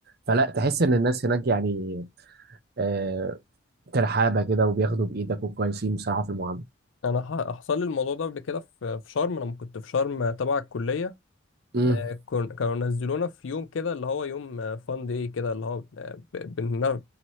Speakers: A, on the right (about 55°); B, on the left (about 75°).
A: فلا تحس ان الناس هناك يعني آه، ترحابه كده وبياخدوا بايدك وكويسين بصراحه في المعامله
B: انا ح- حصل لي الموضوع ده قبل كده في في شرم لما كنت في شرم تبع الكلية
A: امم
B: آه، كن- كانوا نزلونا في يوم كده اللي هو يوم فان داي كده اللي هو آه، ب- بنن-